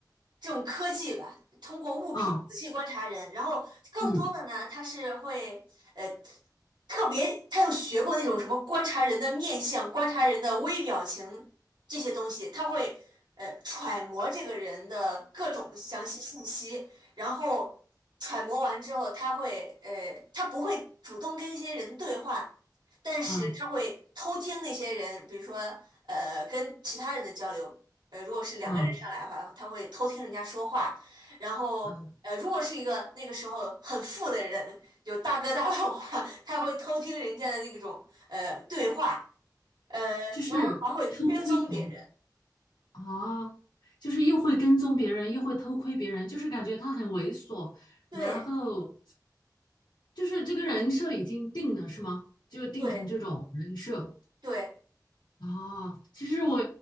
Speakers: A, on the right; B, on the left.
A: 这种科技吧，通过物品仔细观察人，
B: 啊，
A: 然后更多的呢，
B: 嗯，
A: 他是会呃特别，他有学过那种什么观察人的面相、观察人的微表情这些东西，他会呃揣摩这个人的各种详细信息，然后揣摩完之后，他会呃他不会主动跟一些人对话，但是他会偷听那些人，
B: 啊，
A: 比如说呃跟其他人的交流。呃，如果是两个人上来的话，
B: 啊，
A: 他会偷听人家说话，然后呃，
B: 嗯，
A: 如果是一个那个时候很富的人，有大哥大的话，<laughs> 他会偷听人家的那种呃对话，呃，
B: 就是偷窥狂。
A: 然后还会跟踪别人，
B: 啊，就是又会跟踪别人，又会偷窥别人，就是感觉他很猥琐，然后
A: 对
B: 就是这个人设已经定了，是吗？就定成这种人设。
A: 对对，
B: 啊，其实我